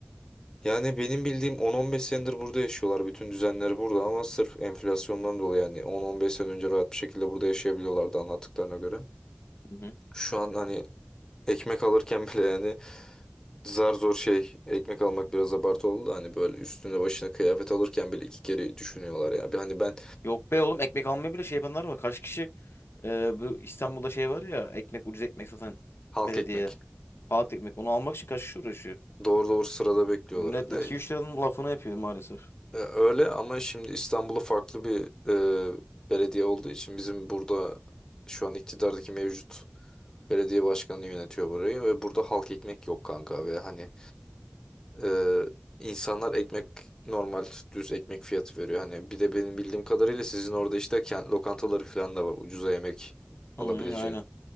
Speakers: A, on the left; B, on the left.
A: Yani benim bildiğim 10-15 senedir burada yaşıyorlar. Bütün düzenleri burada ama sırf enflasyondan dolayı yani 10-15 sene önce rahat bir şekilde burada yaşayabiliyorlardı anlattıklarına göre.
B: Hı hı.
A: Şu an hani ekmek alırken <laughs> bile yani Zar zor şey ekmek almak biraz abartı oldu da hani böyle üstüne başına kıyafet alırken bile iki kere düşünüyorlar ya. Bir hani ben
B: Yok be oğlum ekmek almaya bile şey yapanlar var. Kaç kişi e, bu İstanbul'da şey var ya ekmek ucuz ekmek satan
A: halk
B: belediye.
A: ekmek
B: Halk ekmek onu almak için kaç kişi uğraşıyor.
A: doğru doğru sırada bekliyorlar.
B: Millet
A: De,
B: iki üç liranın lafını yapıyor maalesef.
A: e, öyle ama şimdi İstanbul'da farklı bir e, belediye olduğu için bizim burada şu an iktidardaki mevcut belediye başkanı yönetiyor burayı ve burada halk ekmek yok kanka ve hani Ee, insanlar ekmek normal düz ekmek fiyatı veriyor. Hani bir de benim bildiğim kadarıyla sizin orada işte kent lokantaları falan da var ucuza yemek alabileceğin.
B: Hı hı aynen.